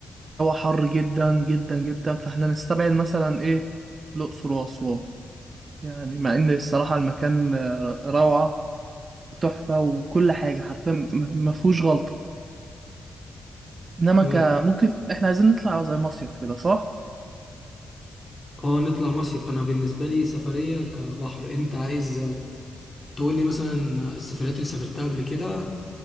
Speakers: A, on the right (about 45°); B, on the left (about 30°).
A: حر جدا جدا جدا فاحنا نستبعد مثلا ايه الاقصر واسوان يعني مع ان الصراحه المكان آه، روعه وتحفه وكل حاجه حرفيا م- ما فيهوش غلطه انما
B: حلو
A: ك ممكن احنا عايزين نطلع زي مصيف كده صح
B: اه نطلع مصيف انا بالنسبه لي سفريه كبحر انت عايز تقول لي مثلا السفريات اللي سافرتها قبل كده